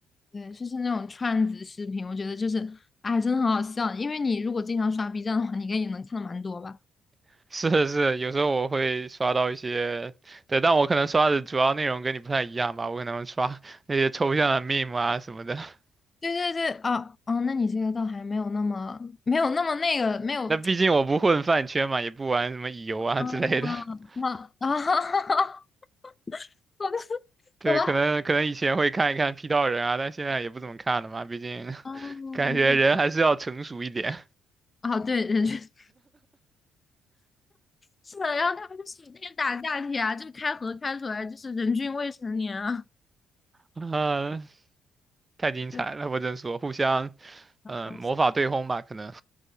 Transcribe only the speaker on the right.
<laughs> 是是，有时候我会刷到一些，对，但我可能刷的主要内容跟你不太一样吧，我可能刷 <laughs> 那些抽象的 meme 啊什么的。<laughs>
那毕竟我不混饭圈嘛，也不玩什么乙游啊之类的。
<laughs>
对，
可能可能以前会看一看 P 到人啊，但现在也不怎么看了嘛，毕竟
<laughs> 感觉人还是要成熟一点。
<laughs> 啊、太精彩了，
我只能说，互相
嗯、呃魔法对轰吧，可能